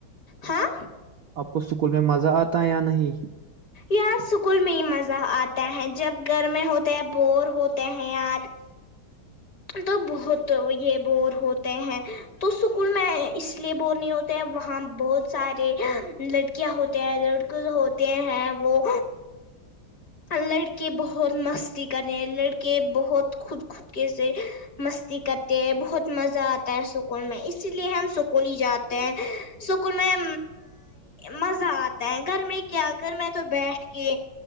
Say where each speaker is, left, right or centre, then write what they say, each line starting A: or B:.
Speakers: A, on the left; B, on the right.
A: ہاں
B: آپ کو سکول میں مزہ آتا ہے یا نہیں
A: یار سکون میں ہی مزہ آتا ہے جب گرم ہوتا ہے بور ہوتا تے ہے یا تو بہت یہ بور ہوتے ہیں تو سکول میں اس لیے بور نہیں ہوتے ہیں وہاں بہت سارے لڑکیاں ہوتے ہیں لڑکے ہوتے ہیں وہ لڑکے بہت مستی کرے لڑکے بہت خود خودک سے مستی کرتے ہیں بہت مزہ آتا ہے سکول میں اسی لیے ہم سکول ہی جاتے ہیں سکول میں مزہ آتا ہے گھر میں کیا کر میں تو بیٹھ کے